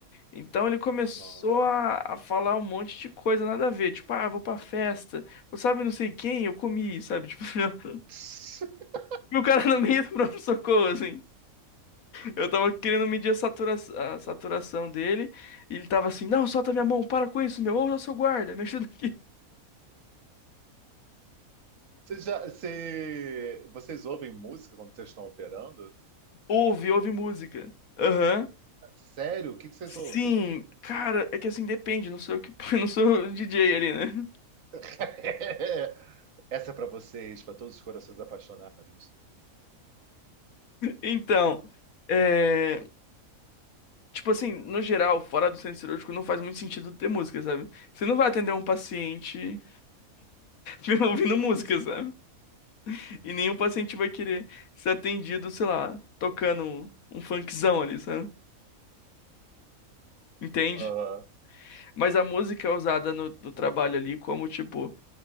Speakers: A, on the left; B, on the right.
A: Então ele começou
B: nossa.
A: a, a falar um monte de coisa nada a ver, tipo, ah, vou pra festa, eu sabe não sei quem, eu comi, sabe? Tipo, <laughs>
B: <laughs>
A: e o cara no meio do pronto-socorro, assim. Eu tava querendo medir a satura- a saturação dele, e ele tava assim, não, solta minha mão, para com isso, meu, ouça seu guarda, me ajuda aqui. <laughs>
B: Você já, você, vocês ouvem música quando vocês estão operando?
A: Ouve, ouve música. Aham.
B: Sério? O que que vocês
A: Sim,
B: ouvem?
A: cara, é que assim depende, não sou eu que, <laughs> não sou o DJ ali, né?
B: <laughs> Essa é pra vocês, pra todos os corações apaixonados.
A: Então, é. Tipo assim, no geral, fora do centro cirúrgico, não faz muito sentido ter música, sabe? Você não vai atender um paciente <laughs> ouvindo música, sabe? E nenhum paciente vai querer ser atendido, sei lá, tocando um, um funkzão ali, sabe? Entende?
B: Aham.
A: Mas a música é usada no, no trabalho ali como, tipo.